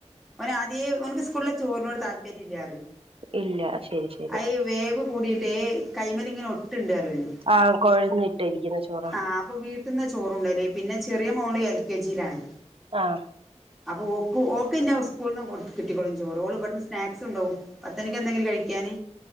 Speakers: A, in the centre; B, on the right.
A: ഓനാദ്യേ ഓൻക്ക് സ്കൂൾലെ ചോറിനോട് താല്പര്യല്ലാ പറയും.
B: ഇല്ലാ ശരി ശരി.
A: അയ് വേവ് കൂടീട്ടേ കൈമല്ങ്ങനെ ഒട്ട്ണ്ട് പറയും ഓന്.
B: ആഹ് കൊഴഞ്ഞിട്ടിരിക്കുന്ന ചോറാ.
A: ആഹ് അപ്പൊ വീട്ട്ന്ന ചോറുണ്ണല്, പിന്നെ ചെറിയ മോള് എൽ കെ ജീലാണ്.
B: ആഹ്
A: അപ്പൊ ഓക്കു ഓക്ക്ന്നെ സ്കൂൾന്ന് കിട്ടിക്കോളും ചോറ്, ഓള് വട്ന്ന് സ്നാക്സൊ ണ്ടോവും. പത്തണിക്കെന്തെങ്കിലും കഴിക്കാന്